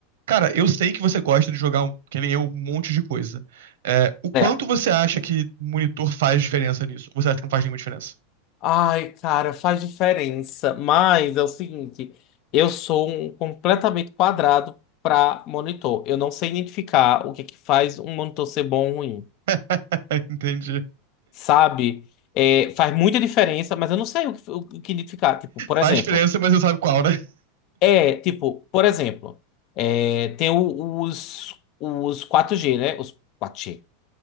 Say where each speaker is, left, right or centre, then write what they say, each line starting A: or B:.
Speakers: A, on the right; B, on the left.
A: Cara, eu sei que você gosta de jogar, um- que nem eu, um monte de coisa. É, o quanto
B: É.
A: você acha que monitor faz diferença nisso? Ou Você acha que não faz nenhuma diferença?
B: Ai, cara, faz diferença. Mas é o seguinte, eu sou um completamente quadrado para monitor. Eu não sei identificar o que é que faz um monitor ser bom ou ruim,
A: <laughs> Entendi.
B: sabe? É, faz muita diferença, mas eu não sei o que, o que identificar. Tipo, por exemplo,
A: Faz diferença, mas você sabe qual, né? <laughs>
B: é tipo, por exemplo, é, tem o- os os quatro g né? Os quatro g